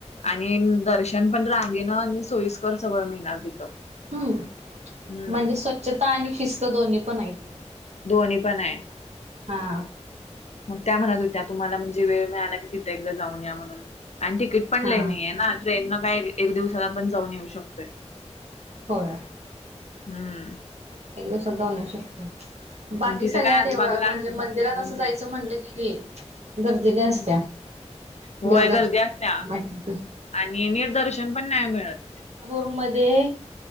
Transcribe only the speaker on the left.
आणि दर्शन पण रांगेण, आणि सोयीस्कर सगळ मिळणार तिथं.
हम्म
दोन्ही पण आहे.
मग त्या म्हणत होत्या, तुम्हाला म्हणजे वेळ मिळाला की, तिथ एकदा जाऊ या म्हणून, आणि तिकीट पण
लई नई हाय ना, ट्रेनन काय एक दिवसात आपण जाऊन येऊ शकतोय.
हम्म!
आणि तिथं
काय आजूबाजूला
असलं
तर तिथं पण
हम्म.
होय
गर्दी असत्या,
आणि निदर्शन पण नाही मिळत.